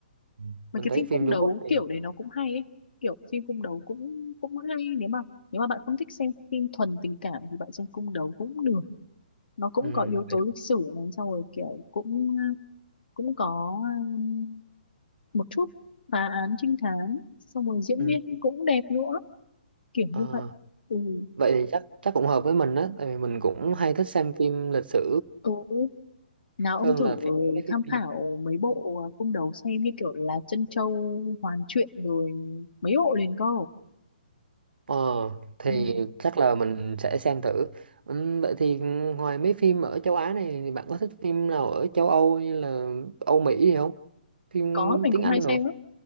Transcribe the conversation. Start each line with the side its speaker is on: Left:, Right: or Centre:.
Right: Ừ.
Left: mấy
Right: mình
Left: cái
Right: thấy
Left: phim
Right: phim
Left: cung
Right: Trung
Left: đấu
Right: Quốc thì
Left: kiểu đấy nó cũng hay ấy kiểu phim cung đấu cũng cũng hay nếu mà nếu mà bạn không thích xem phim thuần tình cảm thì bạn xem cung đấu cũng được nó cũng
Right: ừ,
Left: có yếu tố
Right: vậy,
Left: lịch sử này xong rồi kiểu cũng cũng có um, một chút phá án trinh thám xong rồi diễn
Right: ừ,
Left: viên cũng đẹp nữa kiểu
Right: ờ,
Left: như vậy ừ
Right: vậy thì chắc chắc cũng hợp với mình á tại vì mình cũng hay thích xem phim lịch sử
Left: ừ nào
Right: hơn
Left: ông thử
Right: là phim mấy
Left: tham
Right: phim bây
Left: khảo
Right: giờ
Left: mấy bộ à, cung đấu xem như kiểu là Trân Châu Hoàn Truyện rồi mấy bộ liền cơ
Right: ờ thì
Left: ừ.
Right: chắc là mình sẽ xem thử ừ, vậy thì ngoài mấy phim ở châu Á này thì bạn có thích phim nào ở châu Âu như là Âu Mỹ gì không phim
Left: có mình
Right: tiếng
Left: cũng
Right: Anh
Left: hay xem
Right: nữa
Left: lắm